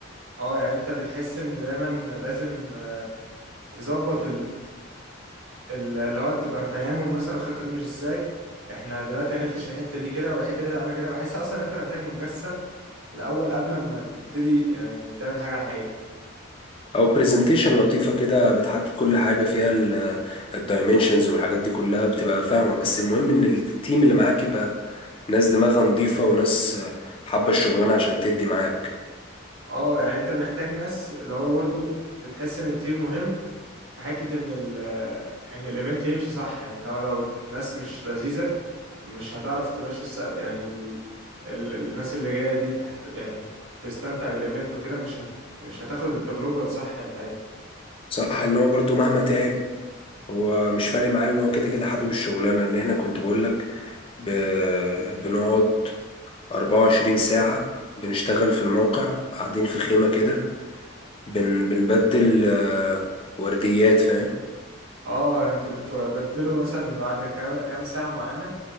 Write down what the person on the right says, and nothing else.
اه يعني انت بتحس ان دايما لازم تظبط ال- اللي هو تبقى مفهمهم مثلا الخطه تمشي ازاي احنا دلوقتي هنفرش الحته دي كده والحته دي هتعملها كده بحس اصلا ان انت محتاج مجسم الاول قبل ما تبتدي يعني تعمل حاجه على الحقيقه
اه يعني انت محتاج ناس اللي هو برضو بتحس ان التيم مهم في حته ان ال يعني الايفنت يمشي صح يعني لو لو الناس مش لذيذه مش هتعرف تمشي الس- يعني ال... ال... الناس اللي جايه دي تحت يعني تستمتع بالايفنت وكده مش هت... مش هتاخد التجربه الصح بتاعتها
اه انتوا بتبدلوا مثلا بعد كام كام ساعة معينة